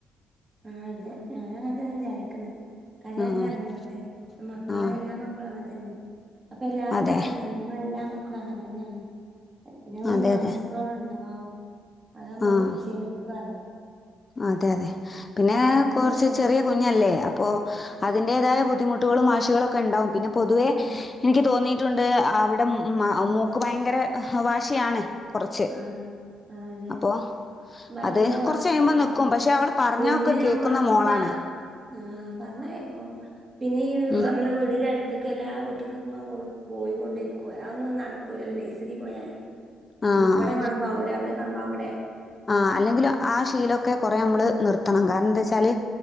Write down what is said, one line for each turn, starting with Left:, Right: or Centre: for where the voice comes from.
Right: ആഹ് അതെ ഞാനങ്ങൻ തന്നെ വിചാരിക്ക്ന്ന് കരിയാണെങ്കി
Left: ആ
Right: കരഞ്ഞോട്ടെ മക്കളെ
Left: ആ
Right: എല്ലാ മ ക്കളും അങ്ങൻ തന്നെ അപ്പ എല്ലാരും
Left: അതെ
Right: പറിണതന്നെ ഞങ്ങള എല്ലാ മക്കളും അങ്ങൻ തന്നേണ് പിന്നെ അഒരു
Left: അതെ
Right: മാസത്തോളം
Left: അതെ
Right: ഇണ്ടാവും അഹ് അമ്മള്
Left: ആ
Right: ക്ഷമിക്കാ അറിയും
Left: അതെ അതെ പിന്നെ
Right: അങ്ങനെ
Left: കാെറച്ച്
Right: വിചാരിച്ച്
Left: ചെറിയ കു ഞ്ഞല്ലേ അപ്പോ അതിന്റേതായ ബുദ്ധിമുട്ടുകളും വാശികളൊക്കെ ഇണ്ടാവും പിന്നെ പൊതുവെ
Right: ആഹ്
Left: എനിക്ക് തോന്നിയിട്ടുണ്ട് അവിടെം മൊ മൂക്ക് ഭയങ്കര വാശിയാണ് കുറച്ച്
Right: ആഹ് ആഹ് അതെ
Left: അപ്പോ
Right: ഭയങ്കര
Left: അത്
Right: വാശിയാണ്
Left: കൊറ് മ്പം
Right: നമുക്ക്.
Left: നിക്കും പക്ഷെ അവൾ പറഞ്ഞാ
Right: പിന്നെ
Left: ഒക്കെ കേക്കുന്ന
Right: നമ്മൾ
Left: മോളാണ്
Right: പിന്നെ ആഹ് പറഞ്ഞാ കേക്കും പിന്നെ ഈ
Left: ഉം.
Right: നമ്മളെ വീടിന്റെ അട് ത്ത്ക്ക് എല്ലാ വീട്ട്ക്ക് ഇങ്ങനെ ഓള് പോയിക്കൊണ്ടിരിക്കും അഒന്നും നടക്കൂലല്ലോ നഴ്സറി പോയാല്
Left: ആഹ്
Right: ഉം ഇവടെ കാണുമ്പൊ അവ്ടെ അവ്ടെ കാണുമ്പൊ അവ്ടെ
Left: ആഹാ അല്ലങ്കിലും ആ ശീലൊക്കെ കുറേ അമ്മള് നിർത്തണം കാരണം എന്താച്ചാല്